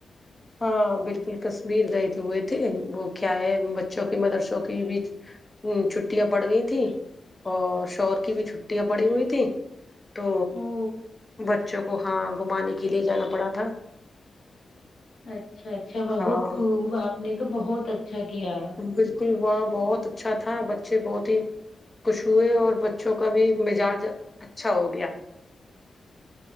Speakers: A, on the left; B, on the left.
A: ہاں بالکل کشمیر گئے ہوئے تھے وہ کیا ہے بچوں کی مدرسوں کی بھی چھٹیاں پڑ گئی تھیں اور شور کی بھی چھٹیاں پڑی ہوئی تھھی تو
B: او
A: بچوں کو ہاں گھمانے کے لیے جانا پڑا تھا
B: اچھا اچھا بہت
A: ہاں
B: خوب آپ نے تو بہت اچھا کیا
A: بالکل وہاں بہت اچھا تھا بچے بہت ہی خوش ہوئے اور بچوں کا بھی مزاج اچھا ہو گیا